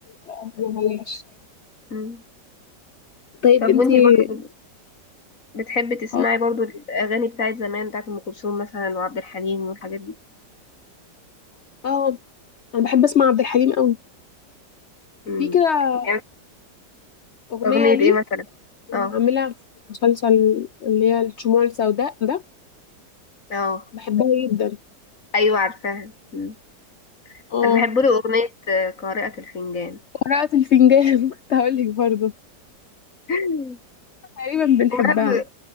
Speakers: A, on the left; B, on the left.
A: ما بلاش
B: مم.
A: طيب
B: طب
A: انتي
B: وانتي برضه بتحبي تسمعي
A: اه
B: برضه الأغاني بتاعت زمان بتاعت أم كلثوم مثلا وعبد الحليم والحاجات دي
A: اه انا بحب اسمع عبد الحليم قوي
B: مم.
A: في كده
B: يعني
A: اغنيه
B: أغنية
A: ليه
B: ايه مثلا اه
A: عاملها في مسلسل اللي هي الشموع السوداء ده
B: اه
A: بحبها جدا
B: أيوة عارفاها مم.
A: اه
B: أنا بحب له أغنية آه، قارئة الفنجان
A: قراءة الفنجان <laughs> كنت هقولك برضو
B: <laughs>
A: تقريبا بنحبها
B: وبحب